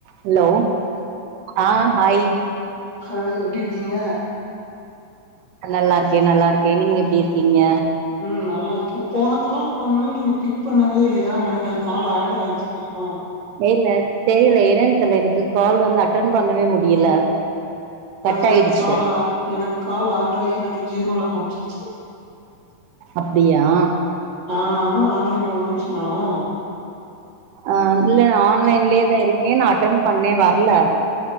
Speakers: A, on the right; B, on the left.
A: ஹலோ ஆ ஹாய்
B: ஹாய் எப்டி இருக்கீங்க
A: நல்லா இருக்கே நல்லா இருக்கே நீங்க எப்டி இருக்கீங்க
B: ம் நல்லா இருக்கே போன தடவ பண்ணோ நீங்க பிக் பண்ணவே இல்லயா எனக்கு அது கால் ஆட் ஆயிருச்சு தெரியுமா
A: மேய்ல்ல தெரியல என்னன்னு தெரில எனக்கு கால் வந்து அட்டன் பண்ணவே முடியல கட்
B: அது எனக்கு
A: ஆயிடுச்சு
B: கால் ஆ எனக்கு கால் ஆகலை எனக்கு ஜீரோவ்ல்ல காமிச்சிருச்சு
A: அப்டியா
B: ஆ நா தா ஆன்லைன் வாங்கன்னு சொன்னான்னா
A: ஆ இல்ல நா ஆன்லைன்லயேதா இருக்கே நான் அட்டென் பண்ணே வர்ல